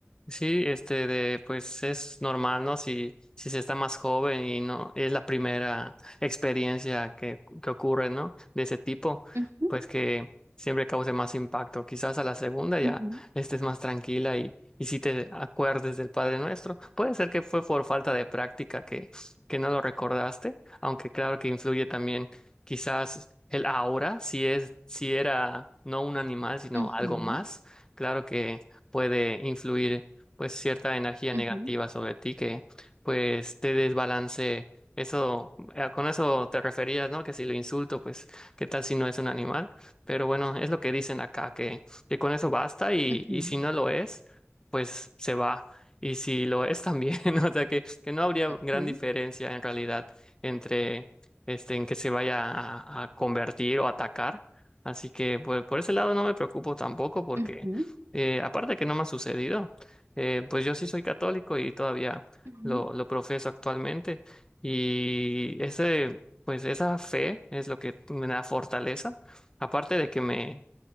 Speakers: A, on the left; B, on the right.
A: sí, este de pues es normal, ¿no? Si, si se está más joven y no es la primera experiencia que, que ocurre, ¿no? De ese tipo,
B: Ujú,
A: pues que siempre cause más impacto. Quizás a la segunda ya
B: ujú,
A: estés más tranquila y, y si te acuerdes del Padre Nuestro. Puede ser que fue por falta de práctica que, que no lo recordaste, aunque claro que influye también quizás el ahora, si es, si era no un animal, sino
B: ujú,
A: algo más. Claro que puede influir pues cierta energía
B: ujú,
A: negativa sobre ti que pues te desbalance. Eso, eh, con eso te referías, ¿no? Que si lo insulto, pues, ¿qué tal si no es un animal? Pero bueno, es lo que dicen acá, que, que con eso basta y,
B: ujú,
A: y si no lo es, pues se va. Y si lo es también, <laughs> o sea que, que no habría
B: ujú,
A: gran diferencia en realidad entre este, en que se vaya a, a convertir o atacar. Así que pues por ese lado no me preocupo tampoco porque
B: ujú, ujú,
A: eh, aparte que no me ha sucedido, eh, pues yo sí soy católico y todavía
B: ujú,
A: lo, lo profeso actualmente y ese, pues esa fe es lo que me da fortaleza, aparte de que me,